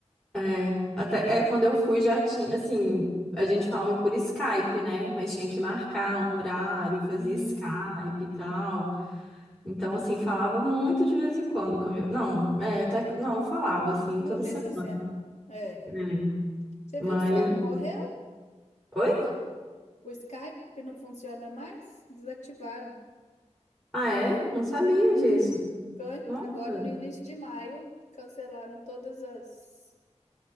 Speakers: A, in the centre; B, on the left.
A: É, até é, quando eu fui já tinha, assim, a gente falava por Skype, né? Mas tinha que marcar um horário, fazia
B: Hum.
A: Skype e tal. Então, assim, falava muito de vez em quando com a minha- Não, é, até que- não, eu falava assim
B: Uma
A: toda
B: vez
A: semana,
B: na semana. É.
A: né?
B: Você
A: Mas
B: viu que o Skype morreu?
A: Oi?
B: O Skype não funciona mais? Desativaram.
A: Ah, é? Não sabia
B: Uhum.
A: disso.
B: Foi.
A: Nossa.
B: Agora, no início de maio, cancelaram todas as,